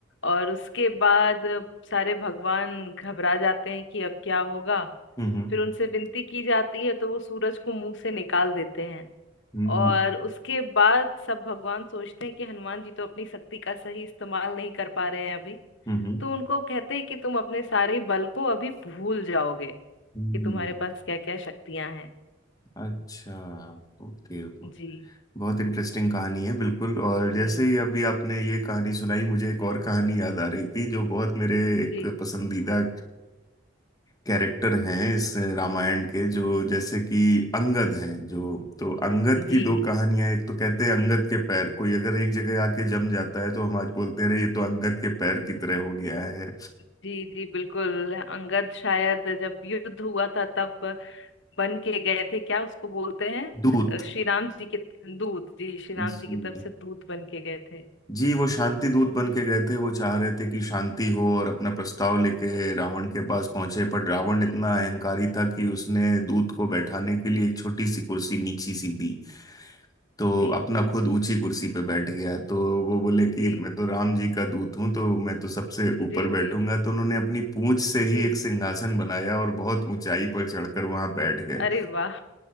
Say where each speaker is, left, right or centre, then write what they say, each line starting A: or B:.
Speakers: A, on the left (about 65°); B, on the left (about 20°).
A: और उसके बाद सारे भगवान घबरा जाते हैं कि अब क्या होगा
B: हम्म
A: फिर उनसे विनती की जाती है तो वो सूरज को मुंह से निकाल देते हैं
B: हम्म
A: और उसके बाद सब भगवान सोचते हैं कि हनुमान जी तो अपनी शक्ति का सही इस्तेमाल नहीं कर पा रहे हैं अभी
B: हम्म
A: तो उनको कहते हैं कि तुम अपने सारे बल को अभी भूल जाओगे
B: हम्म
A: कि तुम्हारे पास क्या क्या शक्तियां हैं
B: अच्छा ओके तो
A: जी
B: बहुत इंटरेस्टिंग कहानी है बिल्कुल और
A: जी
B: जैसे ही अभी आपने ये कहानी सुनाई मुझे एक और कहानी याद आ रही थी जो बहुत मेरे एक
A: जी
B: पसंदीदा कैरेक्टर हैं इस रामायण के जो जैसे कि अंगद हैं जो तो अंगद की
A: जी
B: दो कहानियां एक तो कहते हैं अंगद के पैर कोई अगर एक जगह आके जम जाता है तो हम आज बोलते हैं "अरे, ये तो अंगद के पैर की तरह हो गया है
A: जी जी बिल्कुल अंगद शायद जब युद्ध हुआ था तब बन के गए थे क्या उसको बोलते हैं
B: दूत
A: श्री राम जी के दूत जी श्री राम
B: जी
A: जी की तरफ से दूत बन के गए थे
B: जी वो शांति दूत बन के गए थे वो चाह रहे थे कि शांति हो और अपना प्रस्ताव लेके रावण के पास पहुंचे पर रावण
A: जी
B: इतना अहंकारी था कि उसने दूत को बैठाने के लिए एक छोटी सी कुर्सी नीची सी दी तो
A: जी
B: अपना खुद ऊंची कुर्सी पे बैठ गया तो वो बोले कि
A: जी
B: मैं तो राम जी का दूत हूँ तो मैं तो सबसे ऊपर
A: जी
B: बैठूंगा
A: जी
B: तो उन्होंने अपनी पूंछ से
A: जी
B: ही एक सिंहासन बनाया और बहुत ऊंचाई पर चढ़कर वहां बैठ गए
A: अरे वाह